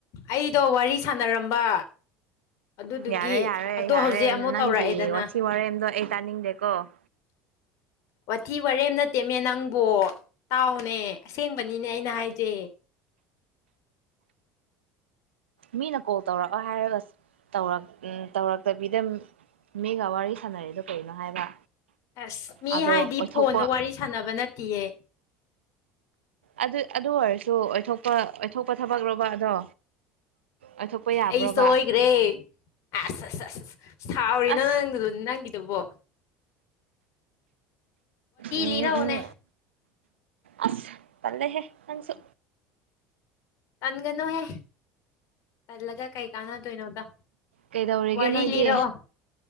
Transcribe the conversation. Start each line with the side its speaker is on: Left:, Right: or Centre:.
Left: ꯑꯩꯗꯣ ꯋꯥꯔꯤ ꯁꯥꯟꯅꯔꯝꯕ ꯑꯗꯨꯗꯨꯒꯤ
Right: ꯌꯥꯔꯦ ꯌꯥꯔꯦ
Left: ꯑꯗꯣ
Right: ꯌꯥꯔꯦ
Left: ꯍꯧꯖꯤꯛ ꯑꯃꯨꯛ
Right: ꯅꯪꯒꯤ
Left: ꯇꯧꯔꯛꯑꯦꯗꯅ
Right: ꯋꯥꯊꯤ ꯋꯥꯔꯦꯝꯗꯣ ꯑꯩ ꯇꯥꯅꯤꯡꯗꯦꯀꯣ <inaudible>
Left: ꯋꯊꯤ ꯋꯥꯔꯦꯝ ꯅꯠꯇꯦꯃꯦ ꯅꯪꯕꯣ ꯇꯥꯎꯅꯦ ꯑꯁꯦꯡꯕꯅꯤꯅꯦ ꯑꯩꯅ ꯍꯥꯏꯖꯦ
Right: ꯃꯤꯅ ꯀꯣꯜ ꯇꯧꯔꯛꯑꯣ ꯍꯥꯏꯔꯒ ꯇꯧꯔ ꯇꯧꯔꯛꯇꯕꯤꯗ ꯃꯤꯒ ꯋꯥꯔꯤ ꯁꯥꯟꯅꯔꯤꯗꯣ ꯀꯩꯅꯣ ꯍꯥꯏꯕ
Left: ꯑꯁ ꯃꯤ
Right: ꯑꯗꯣ
Left: ꯍꯥꯏꯗꯤ
Right: ꯑꯣꯏꯊꯣꯛꯄ
Left: ꯐꯣꯟꯗ ꯋꯥꯔꯤ ꯁꯥꯟꯅꯕ ꯅꯠꯇꯤꯌꯦ
Right: ꯑꯗꯨ ꯑꯗꯨ ꯑꯣꯏꯔꯁꯨ ꯑꯣꯏꯊꯣꯛꯄ ꯑꯣꯏꯊꯣꯛꯄ ꯊꯕꯛ ꯂꯣꯕ ꯑꯗꯣ ꯑꯣꯏꯊꯣꯛꯄ ꯌꯥꯕ꯭ꯔꯣꯕ
Left: ꯑꯩꯁꯣꯏꯒ꯭ꯔꯦ ꯑꯁ ꯑꯁ ꯑꯁ ꯑꯁ ꯁꯥꯎꯔꯤꯅꯣ
Right: ꯑꯁ
Left: ꯅꯪꯒꯤ ꯗꯨꯕꯣ
Right: ꯎꯝ
Left: ꯂꯤꯔꯛꯑꯣꯅꯦ
Right: ꯎꯝ ꯑꯁ ꯇꯟꯂꯦꯍꯦ ꯅꯪꯁꯨ
Left: ꯇꯟꯒꯅꯨꯍꯦ ꯇꯜꯂꯒ ꯀꯩ ꯀꯥꯟꯅꯗꯣꯏꯅꯣꯗ
Right: ꯀꯩꯗꯧꯔꯤꯒꯦ
Left: ꯋꯥꯔꯤ
Right: ꯅꯣꯏꯗꯤ
Left: ꯂꯤꯔꯛꯑꯣ